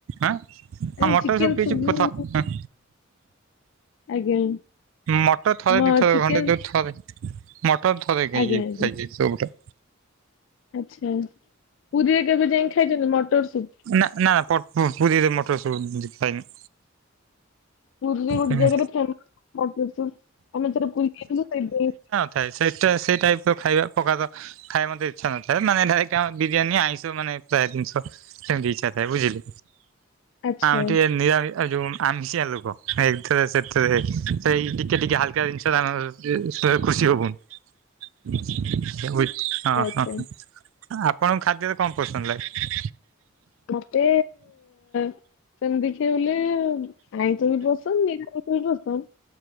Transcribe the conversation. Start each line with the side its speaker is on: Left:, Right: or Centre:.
Right: ଆଁ ହଁ
Left: ଆଁ
Right: ମୋଟର
Left: ଚିକେନ
Right: ସବୁ ପିଛି
Left: ସୁପ୍ ବି-
Right: ପଥ ହ
Left: ଆଜ୍ଞା।
Right: ମଟର ଥରେ
Left: ମ
Right: ଦି ଥର
Left: ଚିକେନ
Right: ଘଣ୍ଟେ ଦୂଇ ଥରେ ମଟର ଥରେ ଖାଇଛି
Left: ଆଜ୍ଞା ଆଜ୍ଞା
Right: ଯାଇଚି। ସୂପ୍ ଟା।
Left: ଆଚ୍ଛା ପୁରୀରେ କେବେ ଯାଇ ଖାଇଛନ୍ତି ମଟର ସୁପ।
Right: ନା ନା ପୁରୀରେ ମୋଟର ସୂପ ଖାଇନି।
Left: ପୁରୀ ରେ ଗୋଟେ
Right: ହୁଁ
Left: ଜାଗାରେ ଫେ ମ ମଟର ସୁପ ଆମେ ଥରେ ପୁରୀ ଯାଇଥିଲୁ ସେଇଟି
Right: ଥାଇ ସେଇଟା ସେଇ ଟାଇପ୍ର ଖାଇବା ପ୍ରକାର ତ ଖାଇ ମତେ ଇଚ୍ଛା ନଥାଏ ମାନେ ଆମ ବିରିୟାନୀ ଆଇଁସ ମାନେ ପ୍ରାୟ ଜିନିଷ। ସେମିତି ଇଚ୍ଛା ଥାଏ ବୁଝିଲେ।
Left: ଆଚ୍ଛା
Right: ଆମେ ଟିକେ ନିରାମ ଯୋଉ ଆମିଷଆ ଲୋକଏଥି ରେ ସେଥିରେ ସେଇ ଟିକ ଟିକେ ହାଲକା ଜିନିଷ ଟିକେ ଖୁସି ହବୁନି। <unintelligible> ହଁ ହ
Left: ଆଚ୍ଛା।
Right: ଆପଣଙ୍କ ଖାଦ୍ୟରେ କଣ ପସନ୍ଦ ଲାଗେ।
Left: ମତେ ସେମିତି ଦେଖିବାକୁ ଗଲେ ଆଇଁଶ ବି ପସନ୍ଦ ନିରାମିଷ ବି ପସନ୍ଦ।